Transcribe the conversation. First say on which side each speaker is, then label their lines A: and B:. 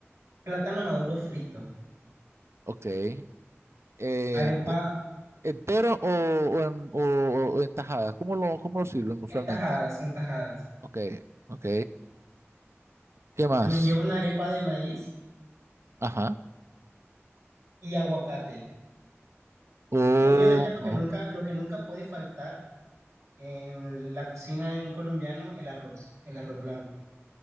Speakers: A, on the right; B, on the right.
A: Plátano maduro frito.
B: Ok. Eh, ent-
A: Arepa
B: ¿entero o, o en, o- o en tajadas? ¿Cómo lo, cómo lo sirven usualmente?
A: en tajadas, en tajadas.
B: Ok, ok. ¿Qué más?
A: También lleva una arepa de maíz
B: Ajá.
A: y aguacate.
B: Oh,
A: Y obviamente lo que nunca, lo que nunca puede faltar en la cocina de un colombiano, el arroz, el arroz blanco.